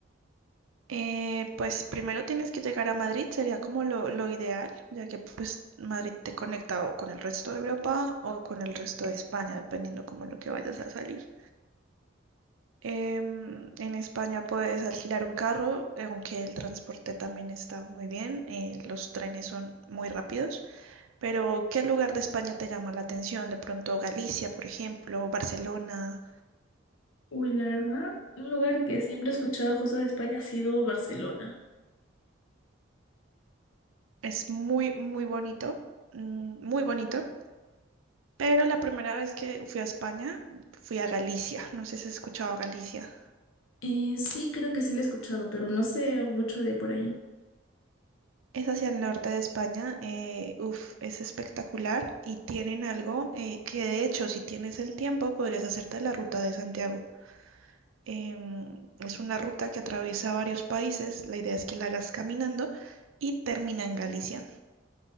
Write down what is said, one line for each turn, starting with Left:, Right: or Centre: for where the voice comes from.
Right: Eh, pues primero tienes que llegar a Madrid, sería como lo, lo ideal, ya que pues Madrid te conecta o con el resto de Europa o con el resto de España, dependiendo como lo que vayas a salir. Em, en España puedes alquilar un carro, eh, aunque el transporte también está muy bien, eh, los trenes son muy rápidos. Pero, ¿qué lugar de España te llama la atención? De pronto Galicia, por ejemplo, Barcelona.
Left: Uy, la verdad, un lugar que siempre he escuchado justo de España ha sido Barcelona.
Right: Es muy, muy bonito, mm, muy bonito. Pero la primera vez que fui a España, fui a Galicia. No sé si has escuchado Galicia.
Left: Eh, sí, creo que sí lo he escuchado, pero no sé mucho de por ahí.
Right: Es hacia el norte de España, eh, uf, es espectacular y tienen algo eh, que de hecho si tienes el tiempo podrías hacerte la ruta de Santiago. Em, es una ruta que atraviesa varios países, la idea es que la hagas caminando y termina en Galicia.